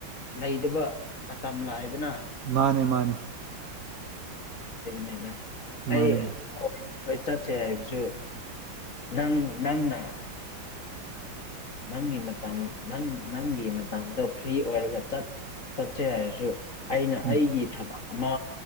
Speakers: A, on the left; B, on the right.
A: ꯂꯩꯗꯕ ꯃꯇꯝ ꯂꯥꯛꯗꯅ
B: ꯃꯥꯅꯦ ꯃꯥꯅꯦ
A: ꯅꯤꯗ ꯑꯩ
B: ꯃꯥꯅꯦ ꯃꯥꯅꯦ
A: ꯑꯩ ꯆꯠꯁꯦ ꯍꯥꯏꯕꯁꯨ ꯅꯪ ꯅꯪꯅ ꯅꯪꯒꯤ ꯃꯇꯝ ꯅꯪ ꯅꯪꯒꯤ ꯃꯇꯝꯗꯣ ꯐ꯭ꯔꯤ ꯑꯣꯏꯔꯒ ꯆꯠ ꯆꯆꯦ ꯍꯥꯏꯁꯨ ꯑꯩꯅ
B: ꯎꯝ
A: ꯑꯩꯒꯤ ꯊꯕꯛ ꯑꯃ